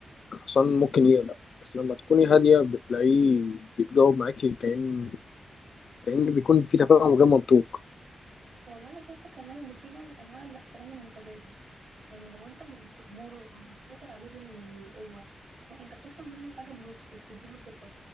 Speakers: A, on the left (about 55°); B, on the right (about 45°).
A: الحصان ممكن يقلق بس لما تكوني هاديه بتلاقيه بيتجاوب معاكي كأن كأن بيكون في تفاهم غير منطوق
B: والله انا شايفه كمان ان في نوع من انواع الاحترام المتبادل يعني لو انت مش بتأمره او بتسيطر عليه بالقوه لا، انت بتطلب منه حاجه بلطف وبتديله ثقه